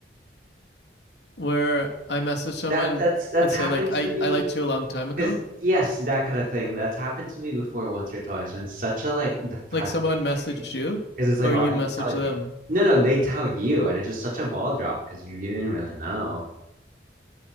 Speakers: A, on the left; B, on the right.
A: where I message someone
B: That that's that's
A: and say
B: happened
A: like I
B: to me
A: I liked you a long time ago
B: Because yes, that kind of thing. That's happened to me before once or twice, and it's such a like depressing
A: Like someone messaged
B: thing.
A: you,
B: Because it's like,
A: or
B: why
A: you
B: are
A: messaged
B: you telling
A: them,
B: me? No, no, they tell you, and it's just such a ball drop because you didn't really know.